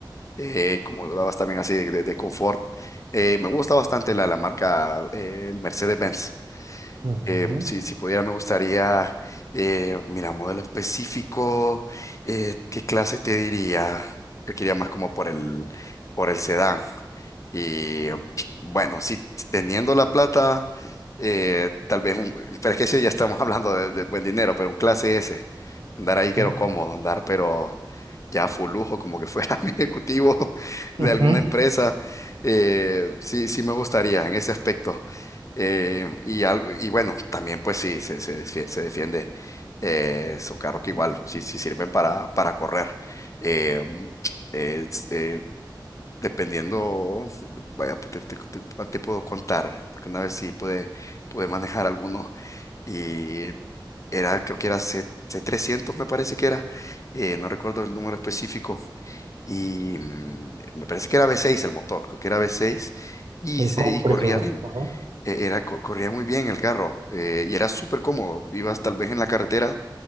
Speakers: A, on the left; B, on the right.
A: eh, como hablabas también así de, de- de confort. Eh, me gusta bastante la, la marca, eh, el Mercedes-Benz.
B: Ujú,
A: Eh, si, si pudiera, me gustaría, eh, mira, modelo específico, eh, ¿qué clase te diría? Yo quería más como por el, por el sedán. Y bueno, sí, teniendo la plata, eh, tal vez un, pero es que sí, ya estamos <laughs> hablando de, de buen dinero, pero un clase S, andar ahí quiero
B: ujú,
A: cómodo, andar pero ya full lujo, como que fuera <laughs> mi ejecutivo de
B: ujú.
A: alguna empresa, eh, sí, sí me gustaría en ese aspecto. Eh, y algo, y bueno, también pues sí, se, se, defie- se defiende. eh, son carros que igual sí, sí sirven para, para correr. Eh, eh, Dependiendo, vaya, pues, te, te- te- cuál te puedo contar, porque una vez sí pude, pude manejar algunos y era, creo que era C, 300 me parece que era, eh, no recuerdo el número específico, y mm, me parece que era V6 el motor, creo que era V6 y,
B: El
A: se,
B: compresor.
A: y corría bien,
B: Ajá,
A: e- era, co- corría muy bien el carro eh, y era súper cómodo, ibas tal vez en la carretera